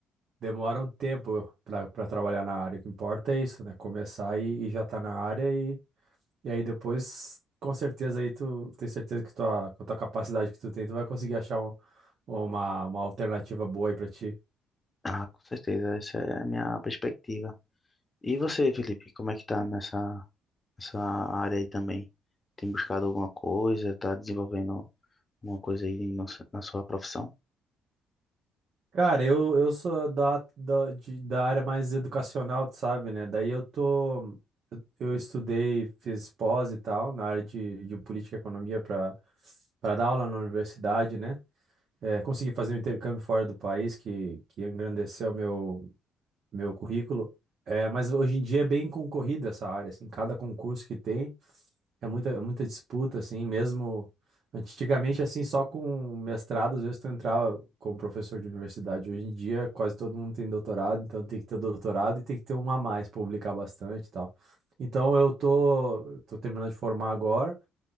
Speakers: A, on the right (about 60°); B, on the left (about 30°).
A: demora um tempo pra, pra trabalhar na área. O que importa é isso, né? Começar e, e já tá na área e, e aí depois, com certeza aí tu tem certeza que tua, com a tua capacidade que tu tem, tu vai conseguir achar um- uma, uma alternativa boa aí pra ti.
B: Ah, com certeza, essa é a minha perspectiva. E você, Felipe, como é que tá nessa, nessa área aí também? Tem buscado alguma coisa? Tá desenvolvendo alguma coisa aí no se- na sua profissão?
A: Cara, eu, eu sou da, da, de- da área mais educacional, tu sabe, né? Daí eu tô. eu estudei, fiz pós e tal, na área de, de política e economia para para dar aula na universidade, né? É, consegui fazer um intercâmbio fora do país, que, que engrandeceu meu, meu currículo. É, mas hoje em dia é bem concorrida essa área, assim, cada concurso que tem. É muita, é muita disputa, assim, mesmo antigamente, assim, só com mestrado, às vezes tu entrava como professor de universidade. Hoje em dia, quase todo mundo tem doutorado, então tem que ter doutorado e tem que ter um a mais, publicar bastante e tal. Então eu tô, tô terminando de formar agora